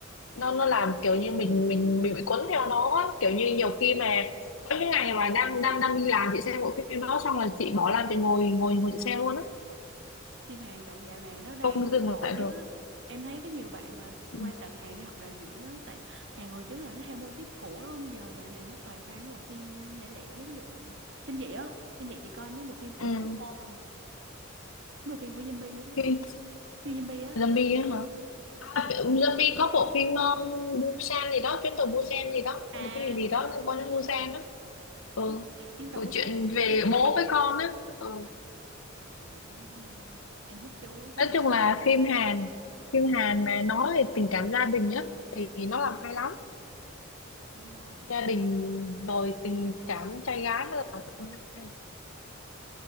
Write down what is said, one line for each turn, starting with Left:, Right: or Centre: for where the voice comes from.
Left: nó nó làm kiểu như mình mình mình bị cuốn theo nó á. kiểu như nhiều khi mà có những ngày mà đang đang đang đi làm chị xem bộ phim đó xong là chị bỏ làm chị ngồi ngồi ngồi chị xem luôn á
Right: phim Hàn tại dạo này nó đang
Left: không dừng
Right: nổi
Left: lại được
Right: á em thấy có nhiều bạn mà
Left: ừ.
Right: qua tận Hàn để học đạo diễn á tại Hàn hồi trước là nó theo mô típ cũ đúng không giờ dạo này nó toàn ra mấy bộ phim lẻ lẻ ví dụ kinh dị á kinh dị chị coi mấy bộ phim của
Left: Ừ.
Right: Sweet Home không mấy bộ phim của zombie á
Left: phim
Right: phim zombie á
Left: zombie á hả À, Zombie có bộ phim ờ, Busan gì đó, chuyến tàu Busan gì đó,
Right: à
Left: hay là cái gì gì đó
Right: à,
Left: liên quan đến Busan đó. Ừ.
Right: cái, cái chuyến tàu
Left: Ừ,
Right: cuối
Left: chuyện
Right: cùng
Left: về
Right: tới
Left: bố với con á. Ừ.
Right: ừ cái đó cũng hay em thích chú chú
Left: Nói
Right: Việt
Left: chung là phim Hàn, phim Hàn mà nói về tình cảm gia đình á thì nó làm hay lắm.
Right: đúng rồi
Left: Gia đình rồi tình cảm trai gái nó làm hay.